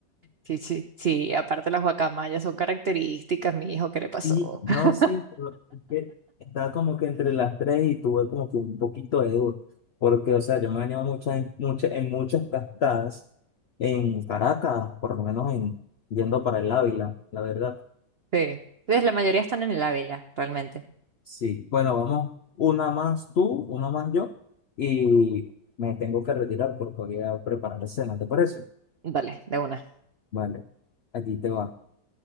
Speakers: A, on the right; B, on the left.
A: Sí, sí, sí, aparte las guacamayas son características, mi hijo, ¿qué le pasó?
B: Sí, no,
A: <laughs>
B: sí, pero es que estaba como que entre las tres y tuve como que un poquito de duda, porque, o sea, yo me he bañado muchas, en, muchas, en muchas cascadas en Caracas, por lo menos en, yendo para el Ávila, la verdad.
A: Sí, pues la mayoría están en el Ávila, realmente.
B: Sí, bueno, vamos, una más tú, una más yo, y me tengo que retirar porque voy a preparar cena, ¿te parece?
A: Dale, de una.
B: Vale, aquí te va.